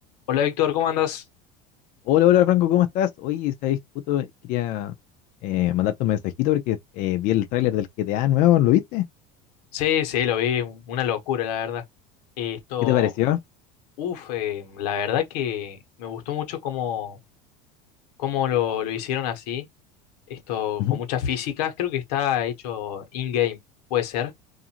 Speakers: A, on the left; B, on the left.
A: Hola Víctor, ¿cómo andas?
B: Hola, hola Franco, ¿cómo estás? Oye, sabes, justo quería eh, mandarte un mensajito porque eh, vi el tráiler del GTA nuevo, ¿lo viste?
A: Sí, sí, lo vi, un- una locura, la verdad. Esto,
B: ¿Qué te pareció?
A: uff, la verdad que me gustó mucho cómo, cómo lo, lo hicieron así, esto
B: Ujú.
A: con muchas físicas, creo que está hecho in-game, puede ser.